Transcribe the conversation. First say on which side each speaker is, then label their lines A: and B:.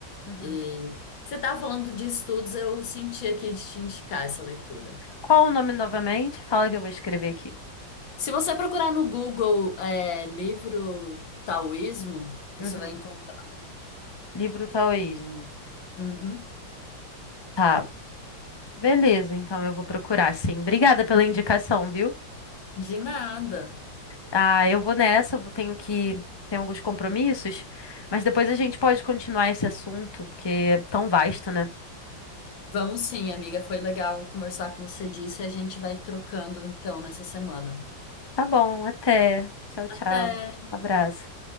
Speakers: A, on the left; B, on the left.
A: uhum.
B: E você tá falando de estudos, eu senti aqui de te indicar essa leitura.
A: Qual o nome novamente? Fala que eu vou escrever aqui.
B: Se você procurar no Google, é, livro taoísmo, você
A: Uhum.
B: vai encontrar.
A: Livro Taoísmo.
B: Uhum.
A: Tá, beleza, então eu vou procurar, sim. Obrigada pela indicação, viu?
B: De nada.
A: Ah, eu vou nessa, eu vou- tenho que. Tenho alguns compromissos, mas depois a gente pode continuar esse assunto, porque é tão vasto, né?
B: Vamos sim, amiga. Foi legal conversar com você disso e a gente vai trocando então nessa semana.
A: Tá bom, até. Tchau, tchau.
B: Até!
A: Um abraço.